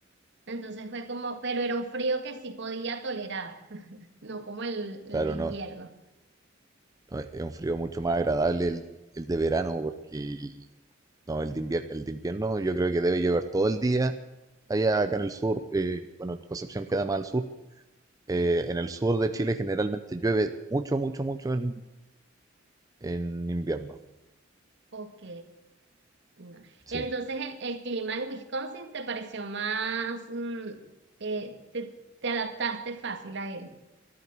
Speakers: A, on the right (about 65°); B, on the right (about 20°).
A: Entonces fue como, pero era un frío que sí podía tolerar, no como el, el
B: Claro,
A: de invierno.
B: no. No, es es un frío mucho más agradable el, el de verano porque no, el de invier- el de invierno yo creo que debe llover todo el día allá acá en el sur. eh, bueno, Concepción queda más al sur. Eh, en el sur de Chile generalmente llueve mucho, mucho, mucho en, en invierno.
A: Ok. no.
B: Sí.
A: Entonces el, el clima en Wisconsin te pareció más, mm, eh, te, te adaptaste fácil a él.